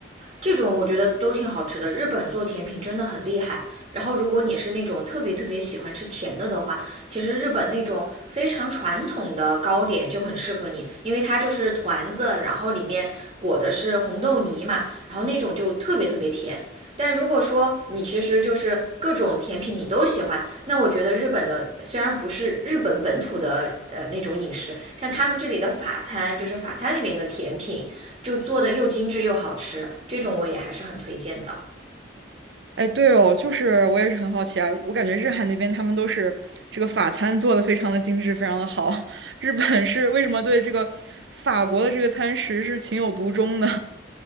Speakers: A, on the right; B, on the right.
A: 这种我觉得都挺好吃的。日本做甜品真的很厉害。然后，如果你是那种特别特别喜欢吃甜的的话，其实日本那种非常传统的糕点就很适合你，因为它就是团子，然后里面裹的是红豆泥嘛，然后那种就特别特别甜。但如果说你其实就是各种甜品你都喜欢，那我觉得日本的虽然不是日本本土的呃那种饮食，像他们这里的法餐，就是法餐里面的甜品，就做的又精致又好吃，这种我也还是很推荐的。
B: 哎，对哦，就是我也是很好奇啊，我感觉日韩那边他们都是这个法餐做的非常的精致，非常的好。<laughs> 日本是为什么对这个法国的这个餐食是情有独钟呢？